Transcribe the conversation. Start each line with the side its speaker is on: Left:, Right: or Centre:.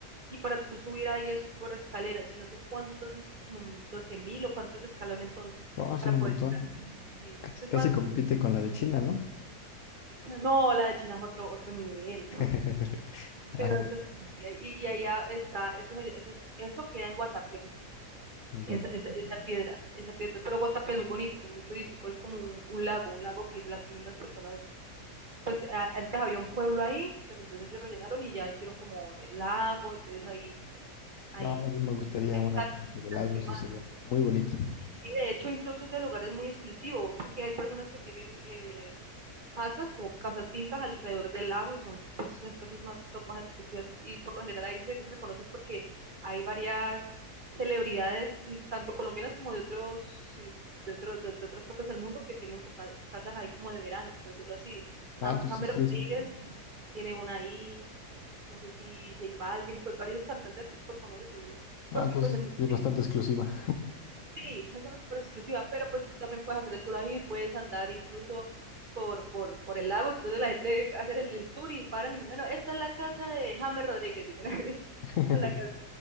Right: y para tú subir ahí eso por escaleras, y no sé cuántos, como doce mil o cuántos escalones son
Left: Oh, son
Right: para poder
Left: un montón.
Right: llegar. Sí. Entonces es
Left: Casi
Right: más,
Left: compite con la de China, ¿no?
Right: no, la de China es otro, otro nivel.
Left: <laughs> Ah,
Right: Pero
Left: bueno,
Right: eso sí sí, sí, y, y allá está, eso, eso, eso queda en Guatapé,
Left: Guata.
Right: esa, esa, esa, piedra, esa piedra. Pero Guatapé es muy bonito, es muy turístico, hay como un, un lago, un lago que las mismas personas, pues a, antes había un pueblo ahí, pero entonces ellos rellenaron y ya hicieron como el lago, entonces ahí, ahí
Left: No, a mí me gustaría
Right: hay
Left: una
Right: casas
Left: parte
Right: que están
Left: del lago,
Right: encima
Left: eso sería muy bonito.
Right: Sí, de hecho, incluso ese lugar es muy exclusivo, porque hay personas que tienen eh, casas, como casas fincas alrededor del lago y son pues las casas más top, más exclusivas. Y por lo general ahí se reconoces porque hay varias celebridades, mm, tanto colombianas como de otros sí, de, otro, de, de otras partes del mundo, que tienen sus ca- casas casa ahí como de verano, por decirlo así.
Left: Ah,
Right: Ham-
Left: entonces
Right: Hammer
Left: sí
Right: Rodríguez
Left: es.
Right: tiene una ahí, no sé si J Balvin, pues varios cantantes aquí súper famosos tienen,
Left: Ah,
Right: porque
Left: entonces
Right: pues es muy
Left: es
Right: turístico.
Left: bastante exclusiva.
Right: Sí, esa zona es súper exclusiva, pero pues tú también puedes hacer el tour ahí, puedes andar incluso por, por, por el lago, incluso la gente hacer el, el tour y paran y bueno, esta es la casa de James Rodríguez, dicen así,
Left: <laughs>
Right: <laughs> o la casa,